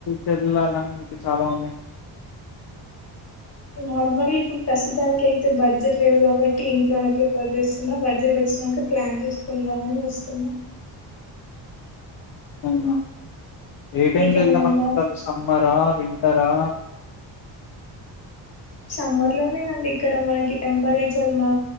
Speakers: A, on the left; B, on the left.
A: వెళ్ళాలని మీకు చాలా ఉంది
B: నార్మల్ ఇప్పుడు ప్రస్తుతానికి అయితే బడ్జెట్ లేదు కాబట్టి ఇంట్లోన ప్రిఫర్ చేస్తున్నా బడ్జెట్ వచ్చినాక ప్లాన్ చేసుకుందామని చూస్తున్నా
A: అవునా ఏ టైమ్కి
B: మీకేమైనా
A: వెళ్దాం
B: ఉందా
A: అనుకుంటారు సమ్మరా వింటారా
B: సమ్మర్ లోనే అండి ఇక్కడ మనకి టెంపరేచర్ మా